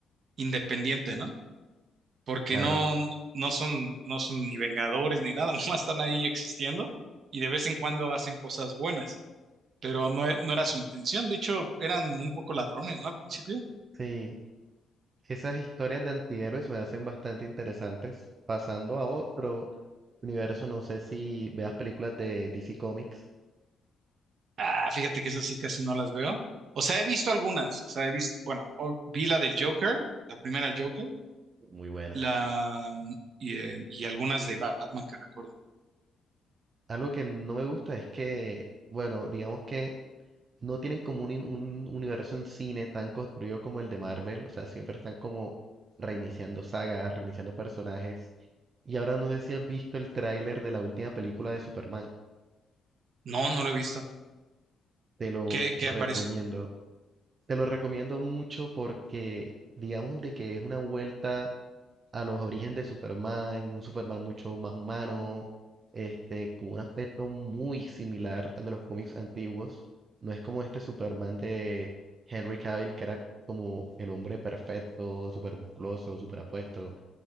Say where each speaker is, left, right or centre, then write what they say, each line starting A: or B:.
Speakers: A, on the right; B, on the right.
A: independiente, ¿no? porque
B: claro.
A: no, no son, no son ni vengadores ni nada, <laughs> no están ahí existiendo y de vez en cuando hacen cosas buenas, pero no, e- no era su intención, de hecho eran un poco ladrones, ¿no? Al principio.
B: Sí, esas historias de antihéroes me hacen bastante interesantes. Pasando a otro universo, no sé si veas películas de DC Comics,
A: Ah, fíjate que esas sí casi no las veo. O sea, he visto algunas, o sea, he visto, bueno, o- vi la del Joker, la primera del Joker,
B: muy buenas.
A: la, mm, y, eh, y algunas de Batman que recuerdo.
B: Algo que no me gusta es que, bueno, digamos que no tienen como un, un universo en cine tan construido como el de Marvel, o sea, siempre están como reiniciando sagas, reiniciando personajes. Y ahora no sé si has visto el tráiler de la última película de Superman.
A: No, no lo he visto.
B: Te lo
A: ¿Qué,
B: recomiendo.
A: qué aparece?
B: Te lo recomiendo mucho porque digamos de que es una vuelta a los orígenes de Superman, un Superman mucho más humano, este, con un aspecto muy similar al de los cómics antiguos. No es como este Superman de Henry Cavill, que era como el hombre perfecto, súper musculoso, súper apuesto.